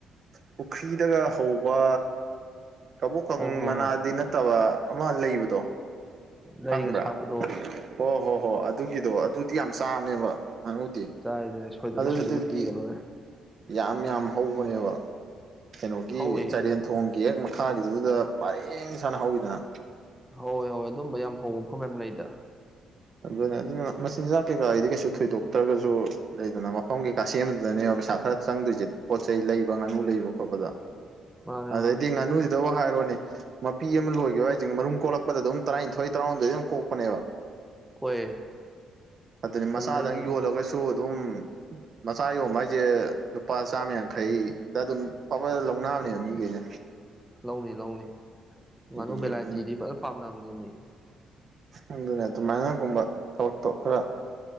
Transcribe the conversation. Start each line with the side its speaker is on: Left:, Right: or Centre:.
Right: ꯄꯨꯈ꯭ꯔꯤꯗꯒ ꯍꯧꯕ ꯀꯕꯣꯛꯀꯪ
Centre: ꯍꯣꯏ ꯍꯣꯏ
Right: ꯃꯅꯥꯗꯤ
Centre: ꯍꯣꯏ
Right: ꯅꯠꯇꯕ ꯑꯃ ꯂꯩꯕꯗꯣ
Centre: ꯂꯩꯒ
Right: ꯈꯪꯕ꯭ꯔꯥ
Centre: ꯁꯥꯞꯄꯗꯣ
Right: ꯑꯣ ꯍꯣ ꯍꯣ ꯑꯗꯨꯒꯤꯗꯣ ꯑꯗꯨꯗꯤ ꯌꯥꯝ ꯆꯥꯕꯅꯦꯕ ꯉꯉꯨꯗꯤ
Centre: ꯆꯥꯏ ꯆꯥꯏ ꯁꯣꯏꯗꯅ
Right: ꯑꯗꯨꯗꯤ
Centre: ꯁꯣꯏꯗꯅ ꯄꯤꯒ ꯂꯣꯏꯔꯦ
Right: ꯌꯥꯝ ꯌꯥꯝ ꯍꯧꯕꯅꯦꯕ ꯀꯩꯅꯣꯒꯤ
Centre: ꯍꯧꯋꯤ
Right: ꯆꯔꯦꯟ ꯊꯣꯡꯒꯤ ꯍꯦꯛ ꯃꯈꯥꯒꯤꯗꯨꯗꯨꯗ ꯄꯔꯦꯡ ꯁꯥꯅ ꯍꯧꯋꯤꯗꯅ
Centre: ꯍꯣꯏ ꯍꯣꯏ ꯑꯗꯨꯝꯕ ꯌꯥꯝ ꯍꯧꯕ ꯃꯐꯝ ꯌꯥꯝ ꯂꯩꯗ
Right: ꯑꯗꯨꯅꯦ ꯑꯗꯨꯅ ꯃꯆꯤꯟꯖꯥꯛ ꯀꯩꯀꯥ ꯑꯩꯗꯤ ꯀꯩꯁꯨ ꯊꯣꯏꯗꯣꯛꯇ꯭ꯔꯒꯁꯨ ꯂꯩꯗꯅ ꯃꯐꯝꯒꯤ ꯀꯥꯥꯁꯦꯝꯗꯨꯗꯅꯦꯕ ꯄꯩꯁꯥ ꯈꯔ ꯆꯪꯗꯣꯏꯁꯦ ꯄꯣꯠ ꯆꯩ ꯂꯩꯕ ꯉꯥꯅꯨ ꯂꯩꯕ ꯈꯣꯠꯄꯗ
Centre: ꯃꯥꯅꯦ
Right: ꯑꯗꯥꯏꯗꯤꯅ
Centre: ꯃꯥꯅꯦ
Right: ꯑꯗꯨꯕꯨ ꯍꯥꯏꯔꯣꯅꯦ ꯃꯄꯤ ꯑꯃ ꯂꯣꯏꯈꯤꯕ ꯍꯥꯏꯁꯤꯦ ꯃꯔꯨꯝ ꯀꯣꯛꯂꯛꯄꯗ ꯑꯗꯨꯝ ꯇꯔꯥꯅꯤꯊꯣꯏ ꯇꯔꯥꯍꯨꯝꯗꯣꯏ ꯑꯗꯨꯝ ꯀꯣꯛꯄꯅꯦꯕ
Centre: ꯍꯣꯏ
Right: ꯑꯗꯨꯅꯤ ꯃꯆꯥꯗꯪ
Centre: ꯑꯗꯨꯗꯩ ꯅꯪ
Right: ꯌꯣꯜꯂꯒꯁꯨ ꯑꯗꯨꯝ ꯃꯆꯥ ꯌꯣꯟꯕ ꯍꯥꯏꯁꯦ ꯂꯨꯄꯥ ꯆꯥꯝꯃ ꯌꯥꯡꯈꯩꯗ ꯑꯗꯨꯝ ꯐꯕ ꯂꯧꯅꯕꯅꯦꯕ ꯃꯤꯈꯩꯁꯦ
Centre: ꯂꯧꯅꯤ ꯂꯧꯅꯤ ꯃꯥꯅ
Right: ꯑꯗꯨꯅ
Centre: ꯚꯦꯂꯥꯏꯇꯤꯗꯤ ꯐꯖꯅ ꯄꯥꯝꯅꯕꯅꯤ ꯃꯤ
Right: ꯑꯗꯨꯅ ꯑꯗꯨꯃꯥꯏꯅꯒꯨꯝꯕ ꯊꯕꯛꯇꯣ ꯈꯔ